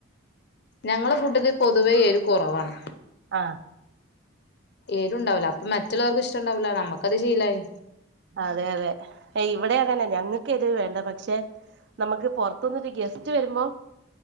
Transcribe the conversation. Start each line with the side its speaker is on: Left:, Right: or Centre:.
Left: ഞങ്ങളെ ഫുഡില് പൊതുവേ എരു കൊറവാണ്
Right: ആ
Left: എരുണ്ടാവൂല അപ്പമറ്റുള്ളോര്ക്ക് അത് ഇഷ്ടണ്ടാവൂല നമ്മക്കത് ശീലായി
Right: അതെ അതെ ഇവിടെ അങ്ങനെയാ ഞങ്ങൾക്ക് എരിവ് വേ ണ്ട പക്ഷേ നമുക്ക് പൊറത്തുന്ന് ഒരു ഗസ്റ്റ് വരുമ്പോൾ